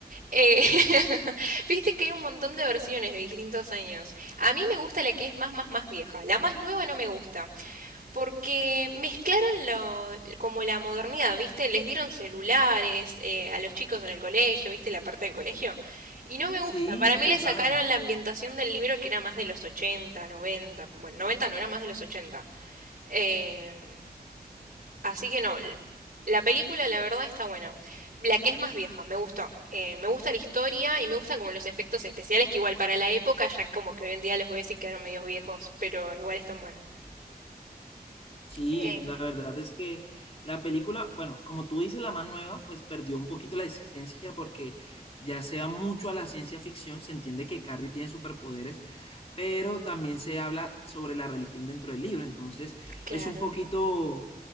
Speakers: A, on the right; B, on the left.
A: eh, <laughs> viste que hay un montón de versiones de distintos años. A mí me gusta la que es más, más, más vieja. La más nueva no me gusta, porque mezclaron lo, como la modernidad, viste, les dieron celulares eh, a los chicos en el colegio, viste, la parte del colegio, y no me gusta.
B: Sí,
A: Para mí
B: total.
A: le sacaron la ambientación del libro que era más de los 80, 90, bueno, 90 no era más de los 80. Eh, Así que no, la película la verdad está buena. La que es más vieja, me gustó. Eh, me gusta la historia y me gustan como los efectos especiales que igual para la época ya como que hoy en día los ves y quedaron medios viejos, pero igual están buenos.
B: Sí,
A: Eh,
B: la verdad es que la película, bueno, como tú dices, la más nueva, pues perdió un poquito la esencia porque ya se va mucho a la ciencia ficción, se entiende que Carrie tiene superpoderes, pero también se habla sobre la religión dentro del libro. Entonces,
A: claro.
B: es un poquito,